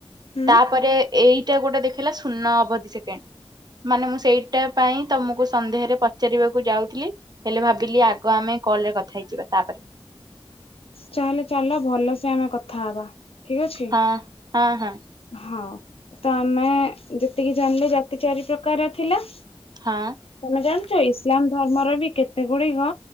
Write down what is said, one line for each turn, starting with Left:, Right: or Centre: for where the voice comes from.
Left: ହୁଁ
Right: ତାପରେ ଏଇଟା ଗୋଟେ ଦେଖେଇଲା ଶୂନ ଅବଧି ସେକେଣ୍ଡ। ମାନେ ମୁଁ ସେଇଟା ପାଇଁ ତମକୁ ସନ୍ଦେହରେ ପଚାରିବାକୁ ଯାଉଥିଲି। ହେଲେ ଭାବିଲି ଆଗ ଆମେ କଲରେ କଥା ହେଇଯିବା ତାପରେ
Left: ଚାଲେଲେ ଚାଲ ଭଲସେ ଆମେ କଥା ହବା ଠିକ ଅଛି।
Right: ହଁ ହଁ ହଁ।
Left: ହଁ ତ ଆମେ ଯେତିକି ଜାଣିଲେ ଜାତି ଚାରି ପ୍ରକାର ଥିଲା।
Right: ହଁ।
Left: ତମେ ଜାଣିଚ ଇସଲାମ ଧର୍ମର ବି କେତେ ଗୁଡିକ